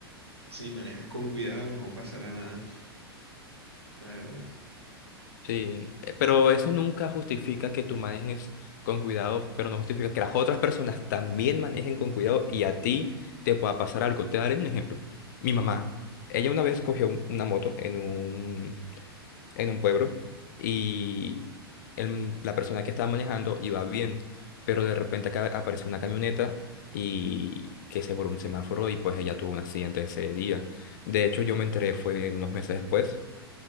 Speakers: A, on the right; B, on the left.
A: Si manejas con cuidado, no pasará nada, la verdad.
B: Sí, eh, pero eso nunca justifica que tú manejes con cuidado, pero no justifica que las otras personas también manejen con cuidado y a ti te pueda pasar algo. Te daré un ejemplo. Mi mamá, ella una vez cogió un- una moto en un, en un pueblo y el- la persona que estaba manejando iba bien, pero de repente acá apareció una camioneta y que se voló un semáforo y pues ella tuvo un accidente ese día. De hecho, yo me enteré fue unos meses después